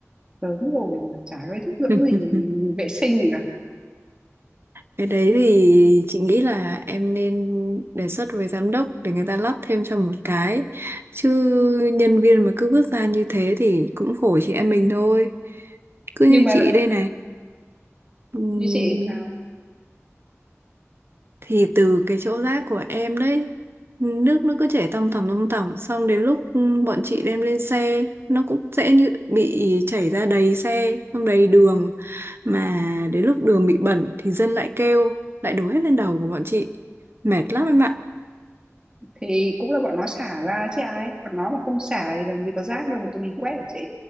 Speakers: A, on the right (about 20°); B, on the right (about 50°).
A: lớn rồi mà chả có ý thức dưỡng
B: <laughs>
A: gì vệ sinh gì cả
B: Cái đấy thì chị nghĩ là em nên đề xuất với giám đốc để người ta lắp thêm cho một cái. Chứ nhân viên mà cứ vứt ra như thế thì cũng khổ chị em mình thôi. Cứ
A: nhưng
B: như
A: mà
B: chị đây này
A: như chị làm sao
B: thì từ cái chỗ rác của em đấy nước nó cứ chảy tòng tòng tòng tòng xong đến lúc ừ, bọn chị đem lên xe nó cũng sẽ như bị chảy ra đầy xe xong đầy đường mà đến lúc đường bị bẩn thì dân lại kêu lại đổ hết lên đầu của bọn chị mệt lắm em ạ
A: thì cũng là bọn nó xả ra chứ ai bọn nó mà không xả thì làm gì có rác đâu mà tụi mình quét hả chị